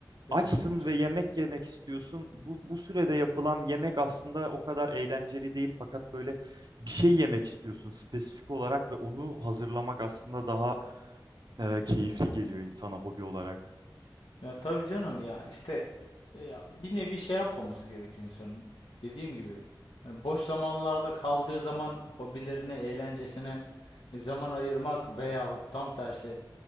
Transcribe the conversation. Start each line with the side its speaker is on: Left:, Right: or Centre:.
Left: ya
Right: açsın
Left: tabii canım.
Right: ve yemek yemek istiyorsun. Bu, bu sürede yapılan yemek aslında o kadar eğlenceli değil fakat böyle bir şey yemek istiyorsun spesifik olarak ve onu hazırlamak aslında daha e, keyifli geliyor insana hobi olarak.
Left: Ya tabii canım ya işte e, ya bir nevi şey yapmaması gerekiyor insanın. Dediğim gibi hani boş zamanlarda kaldığı zaman hobilerine, eğlencesine e, zaman ayırmak veyahut tam tersi